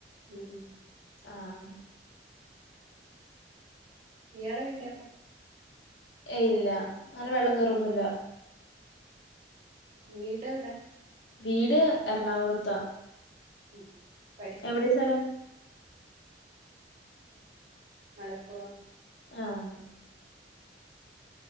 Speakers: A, on the right (about 45°); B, on the left (about 70°).
A: ഉം ഉം
B: ആഹ്
A: ഇയാള വീടെവിടാ
B: ഏയ് ഇല്ല അങ്ങനെ വെള്ളം കേറുവൊന്നില്ല
A: വീട് എവിടാ
B: വീട് എറണാകുളത്ത
A: ഉം പഠിക്കാ
B: എവിടെ സ്ഥലം
A: മലപ്പുറം
B: ആഹ്